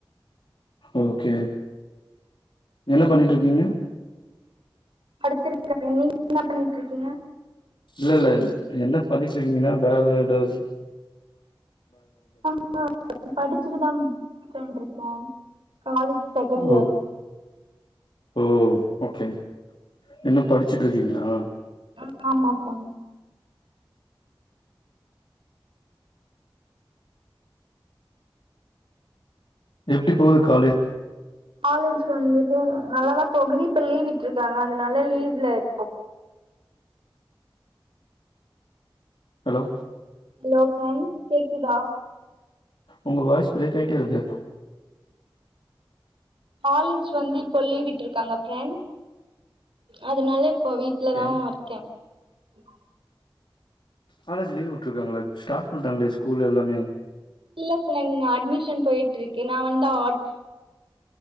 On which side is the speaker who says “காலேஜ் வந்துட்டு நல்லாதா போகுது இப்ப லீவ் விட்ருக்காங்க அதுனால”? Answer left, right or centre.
Right